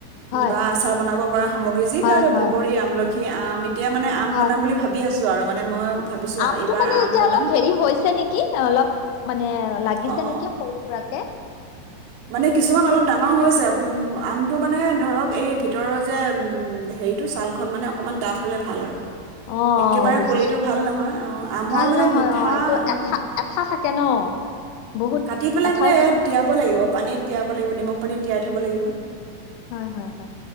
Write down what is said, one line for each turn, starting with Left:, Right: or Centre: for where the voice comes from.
Left: হয়
Right: বা আচাৰ বনাব পৰা সামগ্ৰী যিবিলাক
Left: হয় হয়
Right: বগৰী, আমলখি। সেই আম এতিয়া মানে আম
Left: হয়
Right: বনাম বুলি ভাবি আছো আৰু মানে মই
Left: অ'
Right: ভাবিছো
Left: আমটো
Right: এইবাৰ
Left: মানে
Right: আম
Left: এতিয়া
Right: বনাম
Left: অলপ হেৰি হৈছে নেকি। অলপ মানে লাগিছে
Right: অ',
Left: নেকি সৰু-সুৰাকে।
Right: মানে, কিছুমান অলপ ডাঙৰ হৈছে, উমম, আমটো মানে ধৰক। এই ভিতৰৰ যে, উম, হেৰিটো, ছালখন মানে অকমান ডাঠ হ'লে ভাল আৰু।
Left: অ
Right: একেবাৰে
Left: বুজিছো
Right: কলিটো ভাল নহয়, অ', আমৰ
Left: ভাল
Right: মানে
Left: নহয়
Right: মিঠা
Left: অ এইটো
Right: অ'।
Left: এঠা <unintelligible>
Right: কাটি পেলাই
Left: এঠাও
Right: মানে
Left: থাকে
Right: তিয়াব লাগিব। পানীত তিয়াব লাগিব, নিমখ পানীত। তিয়াই থ'ব লাগিব।
Left: হয়, হয়, হয়।